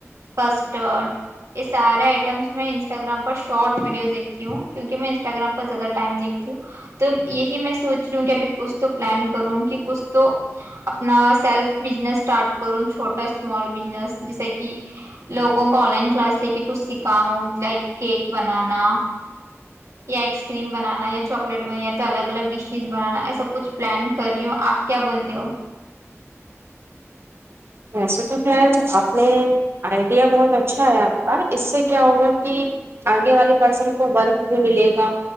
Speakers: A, on the right (about 75°); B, on the right (about 50°).
A: کسٹرڈ یہ سارے آئٹمس میں انسٹاگررام پر شارٹ ویڈیوز دیکتی ہوں کیوںکہ میں انسٹاگررام پر زیادہ ٹائم دیکھتی ہوں تو یہی میں سوچ رہی ہوں کہ ابھی کچھ تو پلان کروں کہ کچھ تو اپنا سیلف بزنس اسٹارٹ کروں چھوٹا اسمال بزنس جیسے کہ لوگوں کو آن لائن کلاس لے کے کچھ سکھاؤں لائک کیک بنانا یا آئس کریم بنانا یا چاکلیٹ بن یا تو الگ الگ ڈشز بنانا ایسا کچھ پلان کر رہی ہوں آپ کیا بولتے ہو
B: ویسے تو خیر آپ نے آئیڈیا بہت اچھا ہے آپ کا اس سے کیا ہوگا کہ آگے والے پرسن کو ورک بھی ملے گا